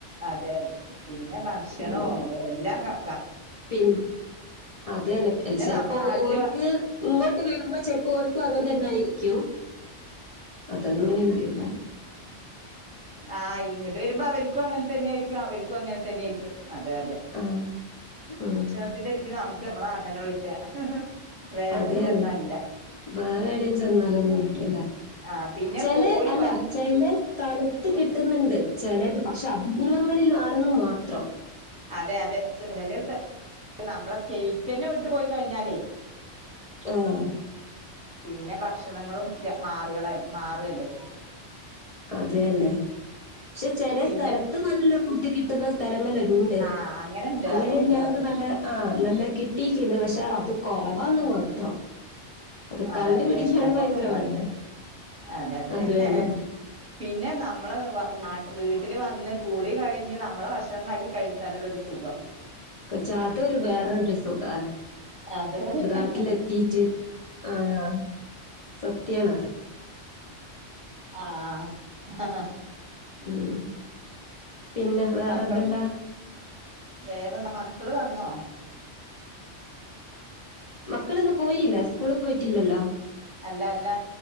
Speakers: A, in the centre; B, on the left.
A: അതെ അതെ പിന്നെ ഭക്ഷണോ
B: ഉം.
A: എല്ലാം കണ്ക്ക
B: പിൻ അതന്നെ ചെൽപ്പോ
A: നമ്മുടെ നാട്ടില്
B: ഓര്ക്ക് ഇങ്ങോട്ട് വരുമ്പോ ചെൽപ്പോ ഓർക്കും അങ്ങൻതന്നായിരിക്കും അതെങ്ങനെന്ന് അറിയില്ല
A: ആഹ് ഇങ്ട്ട് വരുമ്പോ അവർക്കും അങ്ങനെ തന്നെയിരിക്കും അവർക്കും അങ്ങനെ തന്നെയിരിക്കും അതെ അതെ
B: ആഹ് ആഹ്
A: <unintelligible> നമുക്ക് നമ്മള നാട്ട്ന്നെള്ളു കിട്ട വേറെ
B: അത്
A: എവിടിം
B: തന്നെ.
A: ചെന്നാ ല്ല
B: വേറെ എവിടെയും ചെന്നാലൊന്നും കിട്ടൂല്ല
A: ആ പിന്നെ
B: ചെലെ
A: പോയി
B: അല്ല
A: വന്ന്
B: ചെലെ കാല കിട്ടുന്നുണ്ട് ചെലത് പക്ഷെ അപൂർവങ്ങളിൽ ആണെന്ന് മാത്രം
A: അതെ അതെ ചെ ചെലെ സ്ഥല നമ്മളെ സ്റ്റേറ്റന്നെ വിട്ടു പോയി കഴിഞ്ഞാലേ
B: ആഹ്
A: പിന്നെ ഭക്ഷണങ്ങളും മാറുകളല് മാറല്ലേ
B: അത് തന്നെ പക്ഷെ ചെലെ
A: പിന്നെ
B: സ്ഥലത്ത് നല്ല ഫുഡ് കിട്ടുന്ന സ് സ്ഥലങ്ങള്ണ്ട്
A: ആ അങ്ങനെണ്ട്
B: അങ്ങനെ
A: അതുണ്ട്
B: ഞങ്ങക്ക്
A: അതും
B: നല്ല ആഹ് നല്ല കി ട്ടീക്കിണ്ട് പക്ഷേ അത് കൊറവാന്ന് മാത്രം അത്
A: അതെ
B: കണ്ടുപിടിക്കാന്
A: അതെ എല്ലാപ്പൊന്നും
B: ഭയങ്കര
A: ഉണ്ടാവില്ല
B: പണിയാ
A: അതെ അതെ
B: അത് തന്നെ
A: പിന്നെ നമ്മള് വ നാ വീട്ടില് വന്ന് കുളി കഴിഞ്ഞ് നമ്മളെ ഭക്ഷണണ്ടാക്കി കഴിച്ചാലുള്ളൊരു സുഖം
B: കയ്ച്ചാ അതൊരു ബേറരു സുഖാ.
A: അതെ അതെ
B: ബതാട്ടിലെത്തീറ്റ് ആഹ് സത്യണത്.
A: ആഹ് ഹ ഹ ഹ.
B: ആഹ് പിന്നെ വേറെന്തെല്ലാ?
A: മക്കള് വേറെന്താ മക്കള് വന്നോ?
B: മക്കള്ന്ന്‌ പോയില്ല സ്കൂള് പോയിറ്റില്ലല്ലോ.
A: അല്ല ല്ല